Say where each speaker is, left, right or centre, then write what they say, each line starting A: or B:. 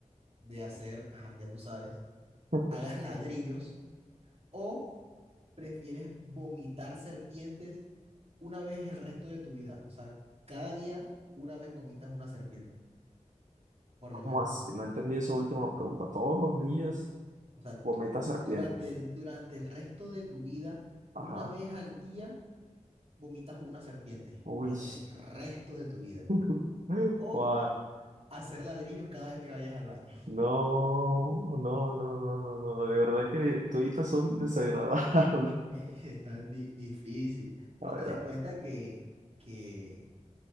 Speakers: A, on the right; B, on the right.
A: de hacer, ajá, ya tú sabes,
B: <laughs>
A: hagas ladrillos o prefieres vomitar serpientes una vez el resto de tu vida. O sea, cada día una vez vomitas una serpiente, por
B: ¿Cómo
A: lo menos.
B: así? No entendí esa última pregunta. Todos los días
A: O sea, tú-
B: vomita serpiente.
A: durante el, durante el resto de tu vida,
B: Ajá.
A: una vez al día vomitas una serpiente,
B: Uy.
A: durante el resto de tu vida.
B: <laughs>
A: O
B: Guau.
A: hacer ladrillos cada vez que vayas al baño.
B: No, no, no, no, no, no. De verdad que toditas son desagradables.
A: <laughs>
B: <laughs>
A: Está di- difícil, pero
B: A ver,
A: ten en
B: a
A: cuenta
B: ver.
A: que, que